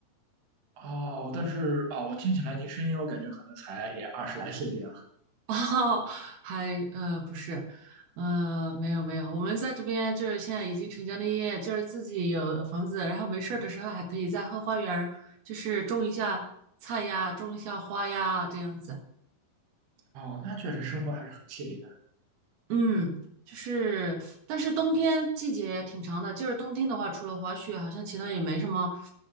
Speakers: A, on the right; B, on the right.
A: 哦，但是啊、我听起来您声音，我感觉可能才也二十来岁这样。
B: <laughs> 哦，还呃不是，呃没有没有，我们在这边就是现在已经成家立业，就是自己有房子，然后没事儿的时候还可以在后花园儿就是种一下菜呀，种一下花呀，这样子。
A: 哦，那确实生活还是很惬意的。
B: 嗯，就是，但是冬天季节挺长的，就是冬天的话，除了滑雪，好像其他也没什么，